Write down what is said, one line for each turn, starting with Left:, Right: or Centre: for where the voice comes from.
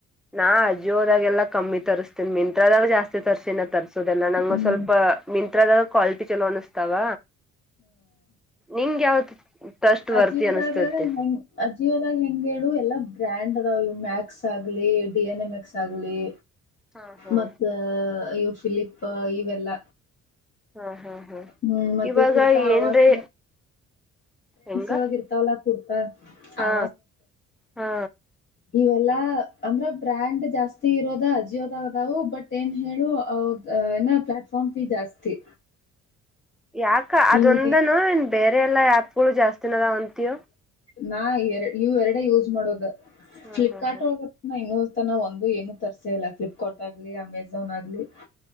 Centre: ನಾ ಅಜ್ಜೋದಾಗೆಲ್ಲಾ ಕಮ್ಮಿ ತರಿಸಸ್ತೇನಿ ಮಿಂತ್ರದಾಗ ಜಾಸ್ತಿ ತರಿಸಸೀಿನ ತರ್ಸಿ ಸೊ ಅದೆಲ್ಲಾ ನಂಗೊಂದು
Left: ಹ್ಮ್
Centre: ಸ್ವಲ್ಪ ಮಿಂತ್ರದಾಗ ಕ್ವಾಲಿಟಿ ಚಲೋ ಅನಿಸ್ತಾವ ನಿಂಗ ಯಾವತ್ ಟ್ರಸ್ಟ್ ವರ್ತಿ
Left: ಅಜಿಯವದಾಗ
Centre: ಅನಸ್ತೈತಿ
Left: ಹೆಂಗ್ ಅಜಿಯವೋದಾಗ ಹೆಂಗು ಎಲ್ಲಾ ಬ್ರ್ಯಾಂಡ್ ಅದಾವ ಮ್ಯಾಕ್ಸ್ ಆಗಲಿ ಡಿ ಎನ್ ಎ ಮೆಕ್ಸ್ ಆಗಲಿ
Centre: ಹಾ ಹಾ
Left: ಮತ್ತ ಇಯವು ಫಿಲಿಪ್ ಇವೆಲ್ಲ
Centre: ಹಾ ಹಾ ಹಾ
Left: ಹ್ಮ್ ಮತ್ತೆ
Centre: ಇವಾಗ
Left: ಕುರ್ತಾ ಆವಾಜ
Centre: ಏನ್ರೀ ಹೆಂಗ
Left: ಒ ಇರ್ತಲ್ಲ ಕುತ
Centre: ಹಾ
Left: ಆ
Centre: ಹಾ
Left: ಇವೆಲ್ಲಾ ಅಂದ್ರ ಬ್ರ್ಯಾಂಡ್ ಜಾಸ್ತಿ ಇರೋದ ಅಜಿಯೋದದವು ಬಟ್ ಏನ್ ಹೇಳು ಅವ್ರದ ಪ್ಲಾಟ್ಫಾರ್ಮ್ ಫೀ ಜಾಸ್ತಿ
Centre: ಯಾಕ ಅದೊಂದನು
Left: ಈ
Centre: ಏನ್ ಬೇರೆ ಎಲ್ಲ ಯಾ ಹುಳು ಜಾಸ್ತಿಿನದ ಅಂತೀವು
Left: ನಾ ಎರ ಇ್ ಎರಡೆ ಯೂಸ್ ಮಾಡೋದ
Centre: ಹ್ಮ್
Left: ಫ್ಲಿಪ್ಕಾರ್ಟ್
Centre: ಹ್ಮ್
Left: ಒಳ ಇನ್ನು ತ ನ ಒಂದು ಏನು ತರಿಸೇ ಇಲ್ಲ ಫ್ಲಿಪ್ಕಾರ್ಟ್ ಆಗಲಿ ಅಮೆಜಾನ್ ಆಗಲಿ